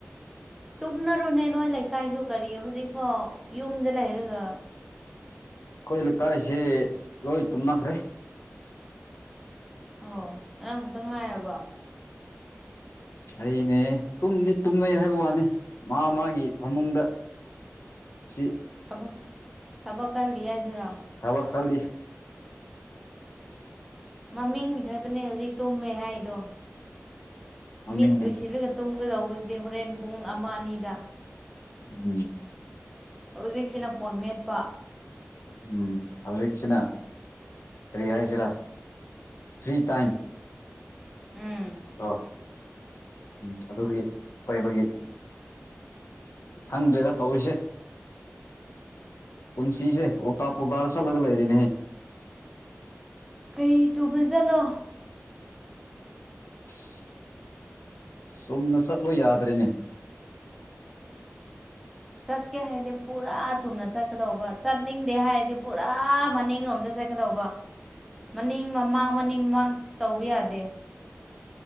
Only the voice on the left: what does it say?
ꯑꯩꯈꯣꯏ ꯂꯩꯀꯥꯏꯁꯦ ꯂꯣꯏ ꯇꯨꯝꯅꯈ꯭ꯔꯦ
ꯑꯩꯅꯦ ꯇꯨꯝꯗꯤ ꯇꯨꯝꯅꯩ ꯍꯥꯏꯕ ꯋꯥꯅꯤ ꯃꯥ ꯃꯥꯒꯤ ꯐꯃꯨꯡꯗ ꯆꯤ
ꯊꯕꯛ ꯀꯜꯂꯤ
ꯃꯃꯤꯡꯅꯤ
ꯎꯝ
ꯎꯝ ꯍꯧꯖꯤꯛꯁꯤꯅ ꯀꯔꯤ ꯍꯥꯏꯁꯤꯔꯥ ꯐ꯭ꯔꯤ ꯇꯥꯏꯝ
ꯑꯣ ꯎꯝ ꯑꯗꯨꯒꯤ ꯄꯩꯕꯒꯤ ꯈꯪꯗ꯭ꯔꯦꯗ ꯇꯧꯔꯤꯁꯦ ꯄꯨꯟꯁꯤꯁꯦ ꯑꯣꯇꯥ ꯄꯨꯣꯇꯥꯗ ꯆꯜꯂꯒ ꯂꯩꯔꯦꯅꯦꯍ‌ꯦ
<unintelligible> ꯆꯨꯝꯅ ꯆꯠꯂꯣ ꯌꯥꯗ꯭ꯔꯦꯅꯦ